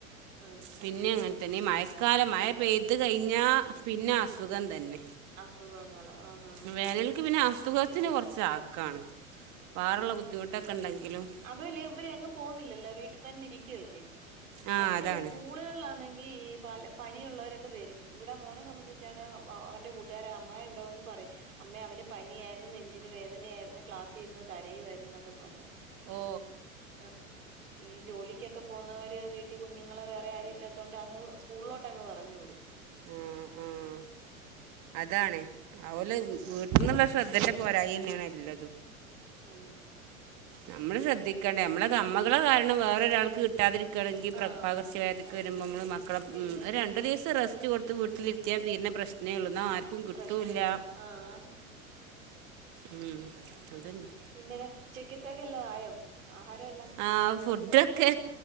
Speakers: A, on the right; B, on the right.
A: ആഹ്
B: പിന്നെ അങ്ങൻ തന്നെ ഈ മഴക്കാലം മഴ പെയ്തു കഴിഞ്ഞാൽ പിന്നെ അസുഖം തന്നെ
A: അസുഖങ്ങള് ആന്നാന്ന്
B: വേനൽക്ക് പിന്നെ അസുഖത്തിന് കുറച്ച് ആക്കാണ് വാറള്ള ബുദ്ധിമുട്ടൊക്കെ ഉണ്ടെങ്കിലും
A: അതല്ലേ ഇവര് അങ്ങ് പോകുന്നില്ലല്ലോ വീട്ടിൽ തന്നെ ഇരിക്കല്ലേ
B: ആ
A: മറ്റേ
B: അതാണ്
A: സ്കൂ സ്കൂളുകളിലാണെങ്കിൽ പല പനിയുള്ളവരൊക്കെ വരും ഇവിടെ മോനെ സംബന്ധിച്ചാണ് അവൻ്റെ കൂ ട്ടാര് അമ്മ ഇവിടെ വന്ന് പറയും അമ്മേ അവന് പനിയാര്ന്നു നെഞ്ചിന് വേദനായ്രുന്നു ക്ലാസ് ത്തിര്ന്ന് കരയായിരുന്നു എന്നൊക്കെ പറയും
B: ഓ
A: ആഹ ഈ ജോലിക്കൊക്കെ പോകുന്നവര് വീട്ടിൽ കുഞ്ഞുങ്ങളെ വേറെ ആരും ഇല്ലാത്തുകൊണ്ട് അങ്ങ് സ്കൂളിലോട്ട് അങ്ങ് പറഞ്ഞു വിടും
B: ആഹ ആഹ അതണ അവല
A: അത്
B: വീ എന്നുള്ള ശ്രദ്ധേന്റെ പോരായി തന്നെയാണ് എല്ലതും
A: ഉം
B: നമ്മള് ശ്രദ്ധിക്കേണ്ടേ നമ്മളെ കമ്മകളെ കാരണം വേറൊരാൾക്ക് കിട്ടാതിരിക്ക ണെങ്ക
A: ആഹ്
B: പകർച്ചവാദിവൊക്കെ
A: നം
B: വരുമ്പോ നമ്മള് മക്കളെ
A: പിന്നെ
B: ഉം രണ്ട ദിവസം റെസ്റ്റ് ച്ച് കൊടുത്ത് വീട്ടിലിരുത്തിയാൻ തീരുന്ന പ്രശ്നേ ഉള്ളൂ എന്ന ആർക്കും കിട്ടൂല്ല
A: പ്രശ്ന ഇല്ല ആഹ്
B: ഉം അതന്നെ
A: പിന്നെ ഉചക്കത്തൊക്കെ എല്ലോ ആയോ ആഹാരം എല്ലാം
B: ആഹ ഫുഡ് ക്കെ